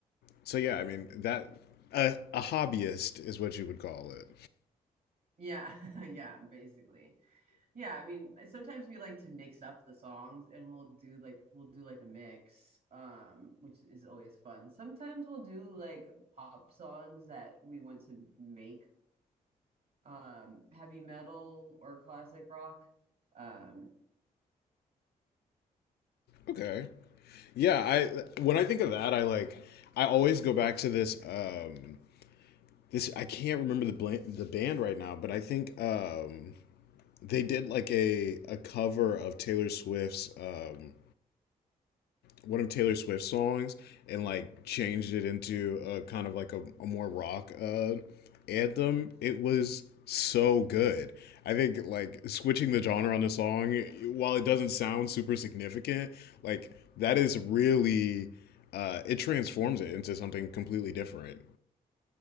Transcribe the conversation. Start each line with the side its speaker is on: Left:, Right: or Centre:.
Left: so yeah, I mean that a, a hobbyist is what you would call it.
Right: yeah, <laughs> yeah, basically. Yeah, I mean, sometimes we like to mix up the songs and we'll do like we'll do like a mix, um, which is always fun. Sometimes we'll do like pop songs that we want to make um heavy metal or classic rock. Um,
Left: Okay, yeah. I when I think of that, I like I always go back to this. Um, this I can't remember the bl- the band right now, but I think um, they did like a a cover of Taylor Swift's. Um, one of Taylor Swift's songs and like changed it into a kind of like a, a more rock uh, anthem. It was so good. I think like switching the genre on the song, while it doesn't sound super significant, like that is really uh, it transforms it into something completely different.